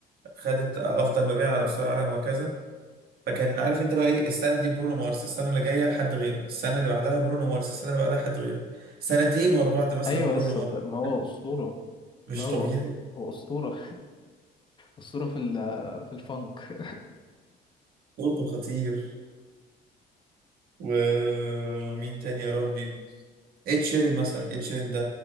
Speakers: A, on the right (about 65°); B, on the left (about 30°).
A: خدت آه، افضل مبيع على مستوى العالم وهكذا فكان عارف انت لو ايه السنه دي برونو مارس السنه اللي جايه حد غيره السنه اللي بعدها برونو مارس السنه اللي بعدها حد غيره سنتين ورا بعض مثلا
B: ايوه
A: برونو
B: يا اسطى
A: مارس
B: ده- ما هو اسطوره
A: مش
B: لا هو
A: طبيعي
B: هو أسطورة أسطورة في ال- في الفانك
A: صوته خطير ومين تاني يا ربي ed شيرين مثلا ed شيرين ده